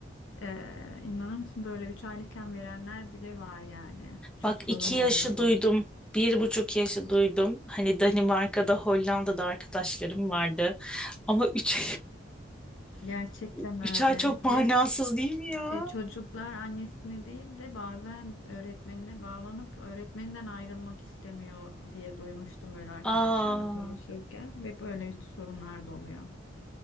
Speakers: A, on the left; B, in the centre.
A: Ee, inanır mısın böyle 3 aylıkken verenler bile var yani. Çok
B: bak
A: sorun
B: iki
A: oluyor
B: yaşı duydum.
A: bu.
B: Bir buçuk yaşı duydum. Hani Danimarka'da, Hollanda'da arkadaşlarım vardı. Ama üç,
A: Gerçekten
B: <laughs>
A: öyle
B: üç ay çok
A: ve
B: manasız değil mi ya?
A: e, çocuklar annesine değil de bazen öğretmenine bağlanıp öğretmeninden ayrılmak istemiyor diye duymuştum böyle arkadaşlarla
B: Aa.
A: konuşurken ve böyle sorunlar da oluyor.